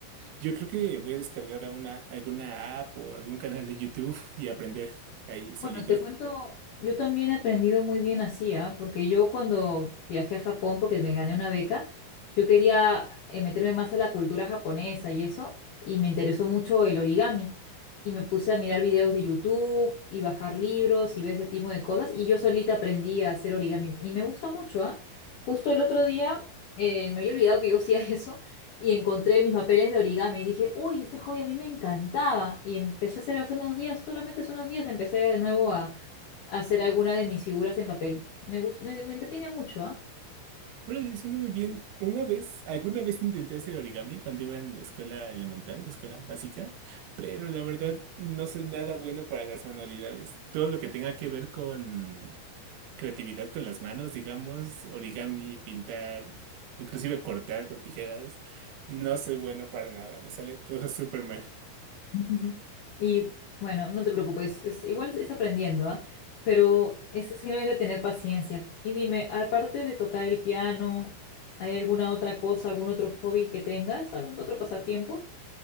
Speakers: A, on the right (about 75°); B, on the left (about 85°).
A: Yo creo que voy a descargar a una, alguna app o algún canal de YouTube <laughs> y aprender ahí solito.
B: Bueno, te cuento, yo también he aprendido muy bien así, ¿ah? Porque yo cuando viajé a Japón, porque me gané una beca, yo quería eh, meterme más a la cultura japonesa y eso, y me interesó mucho el origami. Y me puse a mirar videos de YouTube y bajar libros y ver ese tipo de cosas, y yo solita aprendí a hacer origami. Y me gusta mucho, ¿ah? Justo el otro día, eh, me había olvidado que yo hacía <laughs> eso y encontré mis papeles de origami y dije, uy, este hobby a mí me encantaba. Y empecé a hacer hace unos días, solamente hace unos días, empecé de nuevo a, a hacer alguna de mis figuras en papel. Me gus- me, me entretiene mucho, ¿ah?
A: Órale, suena muy bien. Una vez, alguna vez intenté hacer origami cuando iba en la escuela elemental, la escuela básica, pero la verdad no soy nada bueno para las manualidades. Todo lo que tenga que ver con creatividad con las manos, digamos, origami, pintar, inclusive cortar con tijeras, no soy bueno para nada. Me sale todo <laughs> súper mal.
B: Ujú. Y bueno, no te preocupes, es- igual es aprendiendo, ¿ah? Pero es simplemente tener paciencia. Y dime, aparte de tocar el piano, ¿hay alguna otra cosa, algún otro hobby que tengas, algún otro pasatiempo?